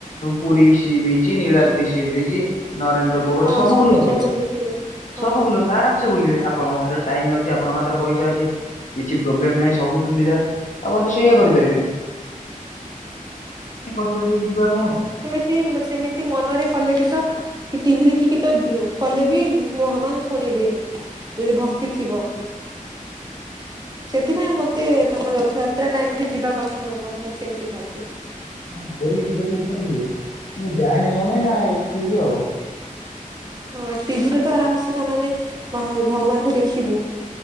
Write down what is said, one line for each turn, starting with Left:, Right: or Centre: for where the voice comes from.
Left: ପୁରୀ ସିବିଚି ନୀଳାଦ୍ରି ସିବିିଚି ନରେନ୍ଦ୍ର ପୋ
Right: ହଁ
Left: ସବୁ ବୁଲନ୍ତୁ
Right: ସବୁ ଶିଖିବେ। ହଁ
Left: ସବୁ ବୁଲନ୍ତୁ ଆରାମ୍ ବୁଲିବେ ଆପଣଙ୍କ ହତରେ ଟାଇମ ଅଛି ଆପଣଙ୍କ ହାତରେ ପଇସା ଅଛି। କିଛି ପ୍ରୋବ୍ଲେମ ନାହିଁ ସବୁ ସୁବିଧା ଆପଣ ତ ସେଇୟଆ କରିପାରିବେ। ଏତେ କଷ୍ଟ ହେକି ଯିବା କଣ ଦରକାର?
Right: ସି ସେମିତି ମନରେ କଲେ ବି ତ କି ଟିଭି ଦେଖିକି ତ ଜୁ କଲେ ବି ଭଗବାନ ଶୁଣିବେ ଯଦି ଭ ତି ଥିବ। ସେଥିପାଇଁ ମତେ ତାଙ୍କ ରଥଯାତ୍ରା ଟାଇମ ରେ ଯିବା କଥା ନୁହଁ ମୁଁ ସେମିତି ଭାବେ।
Left: ହଁ ମୋର ବି ଯିବା କିଛ ହୁଏ ମୁଁ ଯାଏନାଇ କ ପାଇଁ ନା ଏଠି ଆଉ।
Right: ହଁ ଟିଭିରେ ତ ଆରାମସ ତାମାନେେ ଭଗବାନଙ୍କୁ ଦେଖିବୁ।